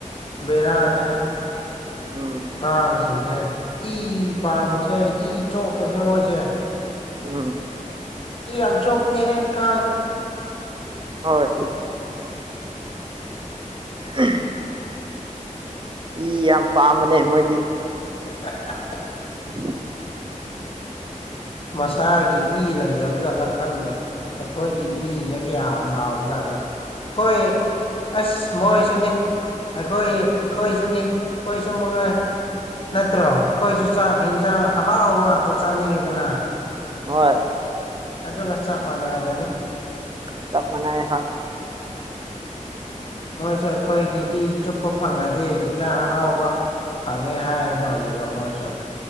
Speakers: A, on the left; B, on the right.
A: ꯕꯦꯔꯥꯔꯦ ꯍꯥꯏꯦ
B: ꯎꯝ
A: ꯀꯥꯡꯁꯤꯡꯁꯦ ꯏ ꯄꯥꯝꯕꯁꯦ ꯏ ꯆꯣꯞꯄꯁꯦ ꯃꯣꯏꯁꯦ
B: ꯎꯝ
A: ꯏ ꯑ ꯆ ꯑꯣꯄꯅꯤ ꯍꯥꯏ ꯀ
B: ꯍꯣꯏ <inaudible> ꯏ ꯌꯥꯝ ꯄꯥꯝꯕꯅꯦ ꯃꯣꯏꯗꯤ
A: <inaudible>
B: ꯎ
A: ꯃꯁꯥꯒꯤ ꯏ ꯂꯩꯇꯕ ꯆꯠꯂ ꯈꯪꯗ꯭ꯔꯦ ꯑꯩꯈꯣꯏꯒꯤ ꯏꯒ ꯀꯌꯥ ꯑꯃ ꯍꯥꯎꯕꯖꯥꯠꯅꯣ ꯑꯩꯈꯣꯏ ꯑꯁ ꯃꯣꯏꯁꯨꯅꯦ ꯑꯩꯈꯣꯏ ꯑꯩꯈꯣꯏꯁꯨꯅꯤ ꯑꯩꯈꯣꯏꯁꯨ ꯃꯅꯨꯡꯉꯥꯏ ꯅꯠꯇ꯭ꯔꯣ ꯑꯩꯈꯣꯏꯁꯨ ꯌꯦꯟꯖꯥꯡ ꯑꯍꯥꯎꯕ ꯉꯥꯛꯇ ꯆꯥꯅꯤꯡꯉꯦꯗꯅ
B: ꯍꯣꯏ
A: ꯑꯗꯨꯒ ꯆꯞ ꯃꯥꯟꯅꯔꯝꯒꯅꯤ
B: ꯆꯕ ꯃꯅꯥꯏ ꯍ
A: ꯃꯣꯏꯁꯨ ꯑꯩꯈꯣꯏꯒꯤ ꯏ ꯆꯨꯞꯄ ꯐꯪꯉꯗꯤꯦ ꯑꯍꯥꯎꯕ ꯐꯪꯉꯦ ꯍꯥꯏꯔꯗꯕꯅꯦꯕ ꯃꯣꯏꯁꯨ